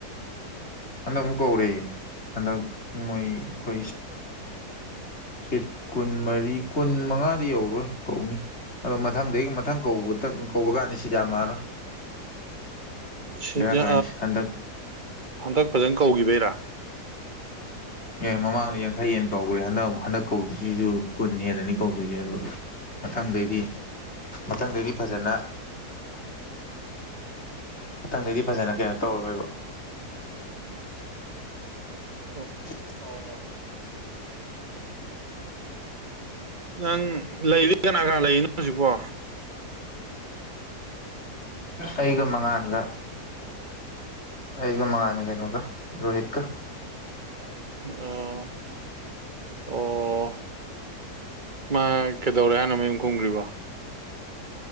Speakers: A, on the left; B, on the right.
A: ꯍꯟꯗꯛ ꯑꯃꯨꯛ ꯀꯧꯔ ꯍꯟꯗꯛ ꯃꯣꯏ ꯑꯩꯈꯣꯏ ꯁꯤꯠ ꯀꯨꯟ ꯃꯔꯤ ꯀꯨꯟ ꯃꯉꯥꯗꯤ ꯌꯧꯔꯣꯏ ꯀꯧꯅꯤ ꯑꯗꯣ ꯃꯊꯪꯗꯒꯤ ꯃꯊꯪ ꯀꯧꯕꯗ ꯀꯧꯕ ꯀꯥꯟꯅꯤ ꯁꯤꯗ ꯑꯃꯔꯣ
B: ꯁꯤꯗ
A: ꯀꯥꯏꯁꯦ ꯍꯟꯗꯛ
B: ꯍꯟꯗꯛ ꯐꯖꯅ ꯀꯧꯈꯤꯕꯩꯔꯥ
A: ꯑꯦ ꯃꯃꯥꯡꯗ ꯌꯥꯡꯈꯩ ꯍꯦꯟ ꯀꯧꯈ꯭ꯔꯦ ꯍꯟꯗꯛ ꯍꯟꯗꯛ ꯀꯧꯗꯣꯏꯁꯤꯁꯨ ꯀꯨꯟ ꯍꯦꯟꯅꯅꯤ ꯀꯧꯗꯣꯏꯁꯦ ꯑꯗꯣ ꯃꯊꯪꯗꯩꯗꯤ ꯃꯊꯪꯗꯩꯗꯤ ꯐꯖꯅ ꯃꯊꯪꯗꯩꯗꯤ ꯐꯖꯅ ꯀꯩꯅꯣ ꯇꯧꯔꯔꯣꯏꯕ
B: ꯎꯝ <inaudible>
A: ꯑꯣ <unintelligible>
B: ꯅꯪ ꯂꯩꯔꯤ ꯀꯅꯥ ꯀꯅꯥ ꯂꯩꯔꯤꯅꯣ ꯍꯧꯖꯤꯛꯄꯣ
A: ꯑꯩꯒ ꯃꯉꯥꯟꯒ ꯑꯩꯒ ꯃꯉꯥꯟꯒ ꯀꯩꯅꯣꯒ ꯔꯣꯍꯤꯠ ꯀ
B: ꯑꯣ ꯑꯣ ꯃꯥ ꯀꯩꯗꯧꯔꯦ ꯍꯥꯏꯅꫭ ꯃꯌꯨꯝ ꯀꯨꯝꯈ꯭ꯔꯤꯕꯣ